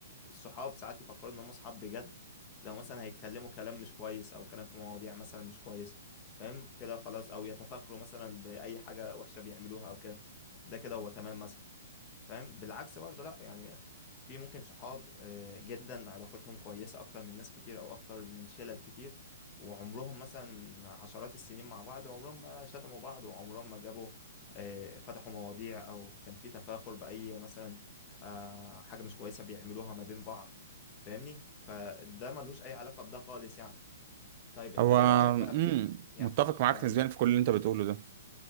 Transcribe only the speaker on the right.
هو
امم
متفق معاك
نسبيا في كل اللي انت بتقوله ده